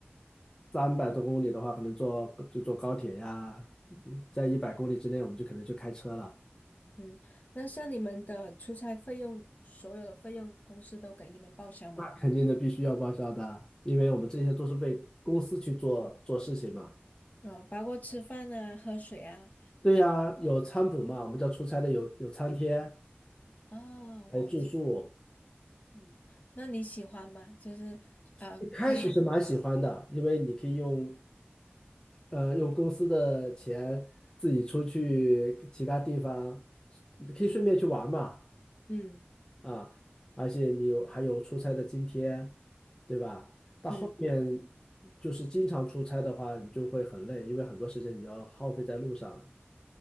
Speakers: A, on the left; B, on the left.
A: 三百多公里的话，可能坐就坐高铁呀，在一百公里之内，我们就可能就开车了，
B: 嗯，那像你们的出差费用，所有的费用公司都给你们报销吗？
A: 那肯定的，必须要报销的，因为我们这些都是为公司去做做事情嘛。
B: 哦，包括吃饭啊、喝水啊。
A: 对呀，有餐补嘛，我们叫出差的有有餐贴，
B: 哦，我知，
A: 还有住宿。
B: 嗯，那你喜欢吗？就是呃，
A: 一开始是蛮喜欢的，
B: 可以，
A: 因为你可以用，呃，用公司的钱自己出去其他地方，你可以顺便去玩嘛，
B: 嗯
A: 啊，而且你有还有出差的津贴，对吧？到后面就是经常出差的话，
B: 嗯。
A: 你就会很累，因为很多时间你要耗费在路上